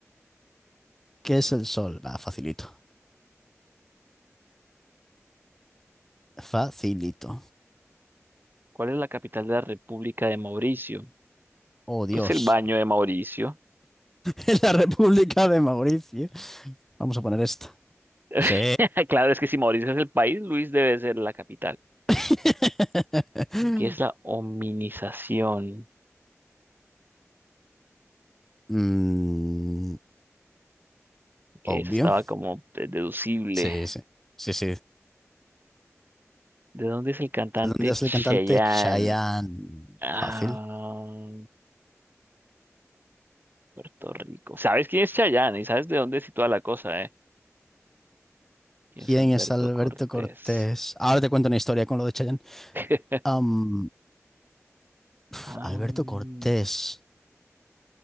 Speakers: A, in the centre; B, on the right.
A: ¿Qué es el sol? Va, facilito. Facilito.
B: ¿Cuál es la capital de la República de Mauricio?
A: Oh, Dios.
B: Pues el baño de Mauricio.
A: en la República de Mauricio. Vamos a poner esta.
B: <laughs>
A: Sí.
B: Claro, es que si Mauricio es el país, Luis debe ser la capital.
A: <laughs>
B: ¿Qué es la hominización?
A: Mm,
B: Que
A: obvio.
B: eso estaba como deducible.
A: Sí, sí. Sí, sí. ¿De
B: ¿De dónde es el cantante
A: dónde es
B: Cheyenne?
A: el cantante Chayanne?
B: Ah,
A: Fácil.
B: Puerto Rico. ¿Sabes quién es Cheyenne Y sabes de dónde es toda la cosa, ¿eh? ¿Quién
A: ¿Quién
B: es Alberto
A: es Alberto
B: Cortés?
A: Cortés? Ahora te cuento una historia con lo de Chayanne.
B: <laughs>
A: Am, uf,
B: Ah,
A: Alberto
B: mm,
A: Cortés.